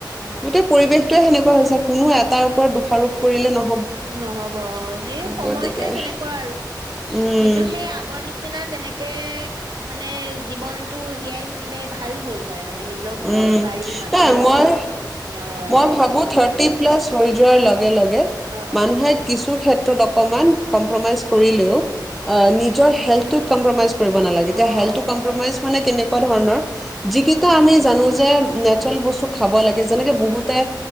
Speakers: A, on the right (about 65°); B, in the centre.
A: অ'
B: গোটেই পৰিৱেশ কিয় সেনেকুৱা হৈছে কোনো এটাৰ ওপৰত দোষাৰোপ কৰিলে নহয়
A: নহব অহ, এই সময়টোৱে
B: গতিকে
A: তেনেকুৱা আৰু,
B: উম,
A: কিন্তু সেই আগৰ নিচিনা তেনেক কে মানে জীৱনতটো জীয়াই থাকিলে ভাল হ'ল। হয় মানে নিজৰ ঘৰ-বৰি,
B: উম,
A: মাটি
B: নাই মই
A: আৰু আহ
B: মই ভাবু
A: এইবিলাক
B: থাৰ্তি প্লাচ থৈ যোৱাৰ লগ লগে-লগে
A: অ
B: মানুহে
A: অ
B: কিছু ক্ষেত ত অকমান কম্প্ৰ'মাইজ কৰিলেও অ', নিজৰ হেল টো কমপ্ৰ'মাইজ কৰিব নালাগে। এতিয়া
A: অ অ
B: হেলথটো
A: অ
B: মানে কেনে এনেকুৱা ধৰণৰ যি কিটা আমি জানো যে নেচেৰেল বস্তু খাব লাগে যেনে বহুতে
A: উম